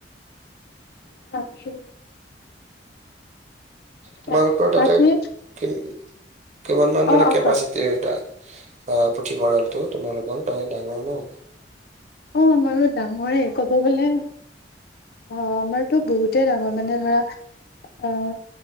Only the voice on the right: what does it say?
তোমালোকৰ
তাতে
কি-কিমানমান
মানে
কেপাচিটিৰ
এটা অ পুথিভঁৰালটো তোমালোকৰ তহ ডাঙৰ ন?